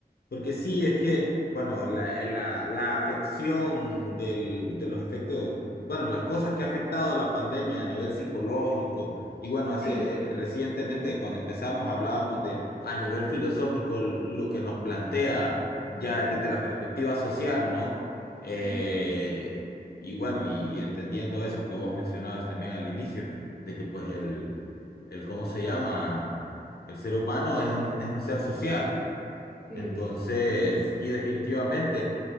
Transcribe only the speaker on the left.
Porque sí, es que, bueno, la, eh, la, la afección del, de los efectos, bueno, las cosas que ha afectado la pandemia a nivel psicológico, y bueno, hace
eh, recientemente cuando empezamos hablábamos de a nivel filosófico lo que nos plantea ya desde la perspectiva social, ¿no? Eh,
y bueno, y entendiendo eso que vos mencionabas también al inicio, de que pues el, el ¿cómo se llama? El ser humano es un, es un ser social.
Entonces, y definitivamente,